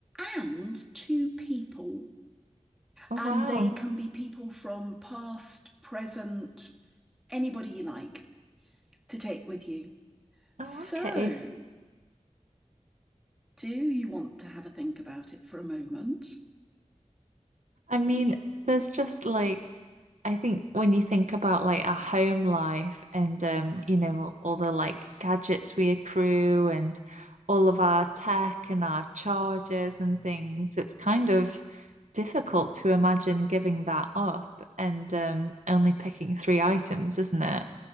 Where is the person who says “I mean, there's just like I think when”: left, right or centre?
Right